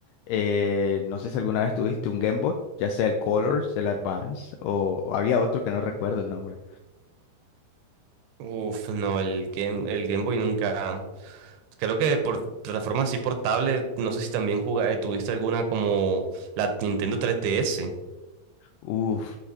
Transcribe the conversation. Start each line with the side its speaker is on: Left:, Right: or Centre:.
Left: Eh, no sé si alguna vez tuviste un Game Boy, ya sea el Colors, el Advance, o, o había otro que no recuerdo el nombre.
Right: <laughs> Uf, no, el Game, el Game Boy nunca. Creo que por plataformas así portables, no sé si también jugaste, tuviste alguna como la Nintendo 3DS.
Left: Uf,